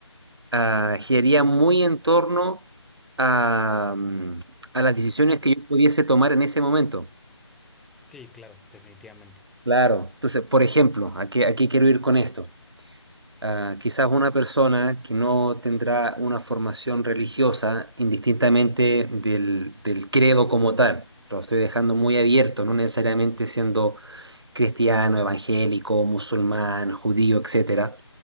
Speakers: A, on the right; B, in the centre.
A: ah, giraría muy en torno a, mm, a las decisiones
B: Ah,
A: que yo pudiese tomar en ese momento.
B: sí, claro, definitivamente.
A: Claro. Entonces, por ejemplo, ¿a qué, a qué quiero ir con esto? Ah, quizás una persona que no tendrá una formación religiosa, indistintamente del, del credo como tal, lo estoy dejando muy abierto, no necesariamente siendo cristiano, evangélico, musulmán, judío, etcétera.